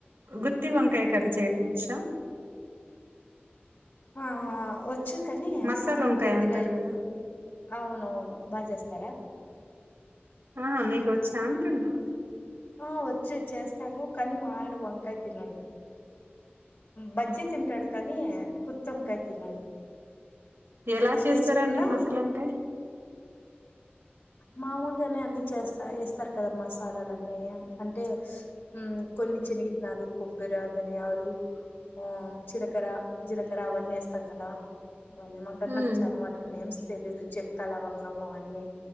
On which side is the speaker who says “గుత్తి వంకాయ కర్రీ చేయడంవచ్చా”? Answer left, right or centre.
Right